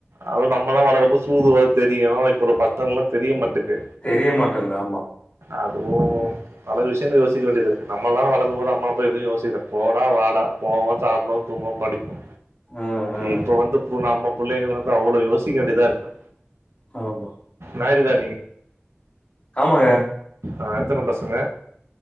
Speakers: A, on the right; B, on the left.
A: அது நம்மல்லா வளரும்போது சூது வாது தெரியு இப்ப உள்ள பசங்கல்லா தெரியமாட்டுக்கு
B: தெரியமாட்டங்து ஆமா
A: அதுவு பல விஷயங்கள யோசிக்க வேண்டியதிருக்கு நம்மல்லா வளக்கும் போது அம்மா அப்ப எதுவு யோசிக்கல போடா வாடா போவோ சாப்டுவோ தூங்குவோ படிப்போ
B: அ, அ.
A: இப்ப வந்து பு நம்ம புள்ளைங்க வந்து அவ்வளோ யோசிக்க வேண்டியதா இருக்கு
B: ஆமா
A: மேரிடா
B: ஆமாங்க
A: ஆ எத்தன பசங்க